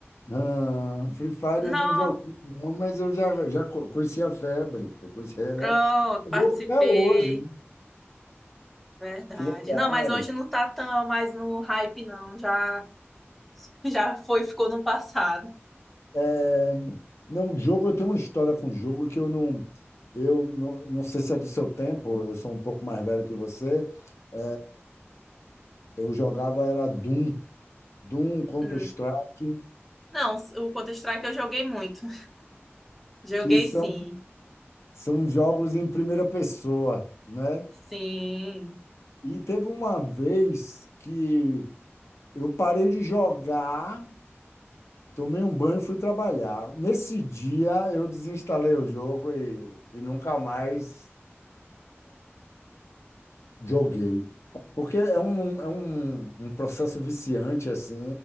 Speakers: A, on the left (about 80°); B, in the centre.
A: Ah, Free Fire
B: Não,
A: eu não joguei, não, mas eu já, já co- conhecia a febre, eu conhecia, né?
B: pronto,
A: Eu
B: participei.
A: jogo até hoje, né?
B: Verdade.
A: que legal.
B: Não, mas hoje não tá tão mais no hype, não. Já, <laughs> já foi, ficou no passado.
A: É, não, jogo, eu tenho uma história com jogo que eu não, eu não, não sei se é do seu tempo, eu sou um pouco mais velho que você. É, eu jogava era Doom, Doom, Counter-Strike,
B: Hum. Não, o Counter-Strike eu joguei muito. Joguei
A: que são,
B: sim.
A: são jogos em primeira pessoa, né?
B: Sim.
A: E teve uma vez que eu parei de jogar, tomei um banho e fui trabalhar. Nesse dia eu desinstalei o jogo e, e nunca mais joguei. Porque é um, é um, um processo viciante, assim,